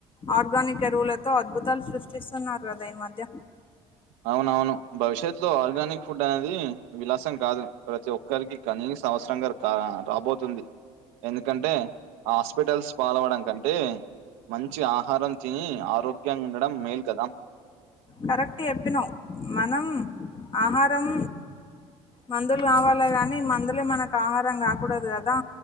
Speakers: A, on the left; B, on the right.
A: ఆర్గా నిక ఎరువులతో అద్భుతాలు సృష్టిస్తున్నారు గదా ఈ మధ్య
B: అవునవును భవిష్యత్ లో ఆర్గానిక్ ఫుడ్ అనేది విలాసం కాదు ప్రతి ఒక్కరికి కనీసం అవసరంగర్ రాబోతుంది ఎందుకంటే ఆస్పిటల్స్ పాాలవడం కంటే మంచి ఆహారం తిని ఆరోగ్యంగా ఉండడం మేల్ కదా
A: కరెక్ట్ ఎప్పినావ్ మనం ఆహారం మందులు గావాలే గాని మందులే మనకు ఆహారం గాకూడదు గదా